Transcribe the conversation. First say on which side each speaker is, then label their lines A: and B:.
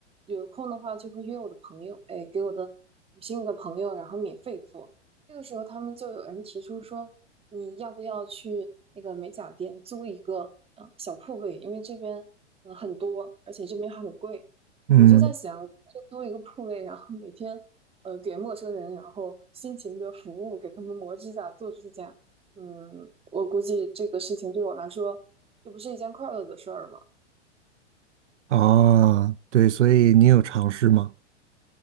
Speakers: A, on the right; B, on the right.
A: 有空的话就会约我的朋友，哎，给我的女性的朋友，然后免费做。这个时候他们就有人提出说，你要不要去那个美甲店租一个呃、小铺位？因为这边嗯、呃很多，而且这边还很贵。
B: 嗯，
A: 我就在想，就租一个铺位，然后每天呃给陌生人，然后辛勤的服务，给他们磨指甲、做指甲。嗯，我估计这个事情对我来说，这不是一件快乐的事儿吗？
B: 啊，对，所以你有尝试吗？